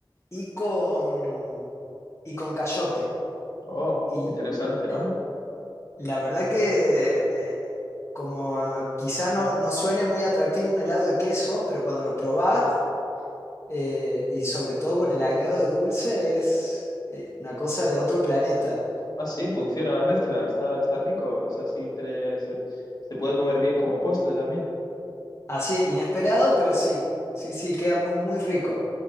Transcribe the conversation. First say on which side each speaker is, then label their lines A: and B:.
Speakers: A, on the left; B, on the left.
A: y con, y con cayote.
B: Oh,
A: Y
B: interesante,
A: y la,
B: ¿no?
A: la verdad que eh, como quizá no, no suene muy atractivo un helado de queso, pero cuando lo probás eh, y sobre todo con el agregado de dulce es eh, una cosa de otro planeta.
B: Ah, sí, funciona la mezcla, está, está rico, es así, entre- se, se puede comer bien como postre también,
A: Así, inesperado, pero sí, sí, sí, queda muy, muy rico.